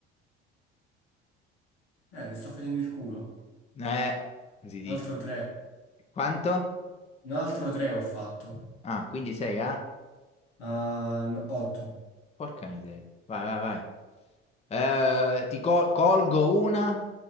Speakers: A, on the left; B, on the left.
A: le sto facendo il culo.
B: Eh, si dice.
A: Un altro tre.
B: Quanto?
A: Un altro tre ho fatto.
B: Ah, quindi sei a?
A: Ah, n- otto.
B: Porca miseria. Vai, vai, vai. Eh, ti col- colgo una?